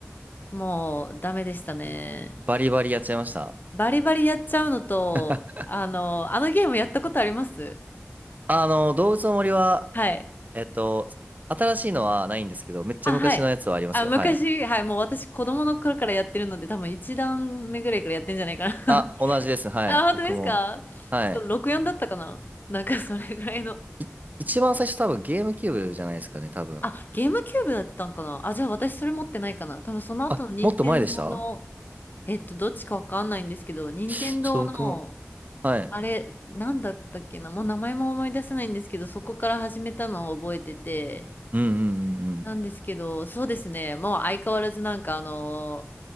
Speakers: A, on the left; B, on the right.
A: もうダメでしたね。
B: バリバリやっちゃいました。
A: バリバリやっちゃうのと、
B: <laughs>
A: あの、あのゲームやったことあります
B: あの、動物の森は、
A: はい。
B: えっと、新しいのはないんですけど、めっちゃ昔のやつはありますよ。
A: あ、はい。あ、昔、
B: はい。
A: はい、もう私子供の頃からやってるので、多分一段目ぐらいからやってんじゃないかな。<laughs>
B: あ、同じです。はい。
A: あ、本当ですかそう、
B: 僕も。はい。
A: 64だったかななんかそれぐらいの。
B: い一番最初多分ゲームキューブじゃないですかね、多分。
A: あ、ゲームキューブだったんかなあ、じゃあ私それ持ってないかな多分その後の任天堂の、
B: あ、もっと前でした
A: えっと、どっちかわかんないんですけど、任天堂の、
B: ちょっと僕も。はい。
A: あれ、なんだったっけなもう名前も思い出せないんですけど、そこから始めたのを覚えてて、
B: うんうんうんうん。
A: なんですけど、そうですね、もう相変わらずなんかあの